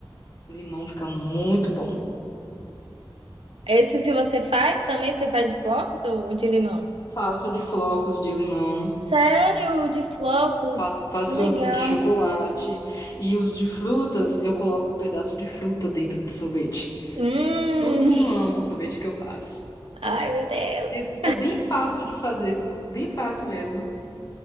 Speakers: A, on the left (about 45°); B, on the right (about 80°).
A: Limão fica muito bom.
B: Esse se você faz também, você faz de flocos ou de limão?
A: Faço de flocos de limão.
B: Sério, de flocos?
A: fa- faço
B: Que legal.
A: de chocolate. E os de frutas, eu coloco um pedaço de fruta dentro do sorvete.
B: Hum,
A: Todo mundo
B: <laughs>
A: ama o sorvete que eu faço.
B: ai meu Deus.
A: É, é bem fácil de fazer. Bem fácil mesmo.